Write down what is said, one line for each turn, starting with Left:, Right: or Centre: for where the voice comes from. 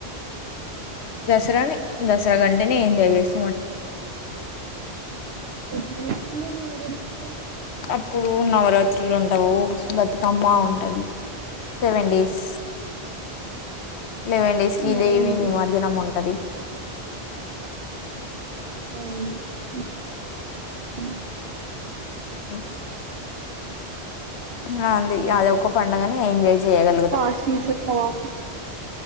Left: దసరానే దసరా కంటేనే ఎంజాయ్ చేస్
Right: ఎట్ల జే పిల్లొల్లు ఈడ ఏడిస్తే
Left: అప్పుడు నవరా త్రులు ఉండవు బతుకమ్మ ఉంటది సెవెన్ డేస్, లెవెన్ డేస్ కి
Right: నైన్
Left: దేవి
Right: డేస్
Left: నిమర్జనం ఉంటది.
Right: అవును మ్మ్ హ్మ్
Left: అ ఆ ఇంగ అంది అది ఒక్క పండుగనే ఎంజాయ్ చేయగలుగుతాం
Right: ఫాస్టింగ్స్ ఉంటావా?